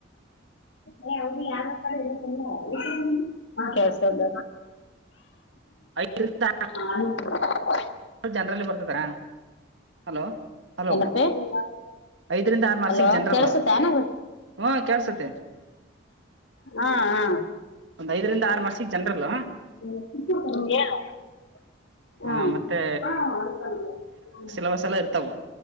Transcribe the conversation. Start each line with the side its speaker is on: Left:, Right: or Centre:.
Left: ಅ ಹದು ಯಾರ ಕ <unintelligible> ಹ ಕೆಲಸ ಅಲ್ಲ
Right: ಅಹಸ <unintelligible>
Left: ನ <unintelligible>
Right: ಜನರಲ್ಲಿ ಬರ್ತಾದ ಹಲೋ ಹಲೋ
Left: ಏನಪ್ಪಿ
Right: ಐದರಿಂದ ಆರ್ ಮಾರ್ಷಿಗೆ
Left: ಹಲೋ
Right: ಜನರಲ್ವ
Left: ಕೇಳಸುತ್ತಾನ
Right: ಹ ಕೇಳ್ಸತ್ತ
Left: ಹಾ ಹಾ
Right: ಒಂದ್ ಐದರಿಂದ ಆರು ಮಾರ್ಷಗಿ ಜನರಲ್ಲ
Left: ಹ್ಮಗೆ <unintelligible> ಹಾ
Right: ಹ ಮತ್ತೆ
Left: ಹಾ ಅತಲ್ಲ ಹ <unintelligible>
Right: ಸ ಎಲ್ಲ ಇರ್ತಾವು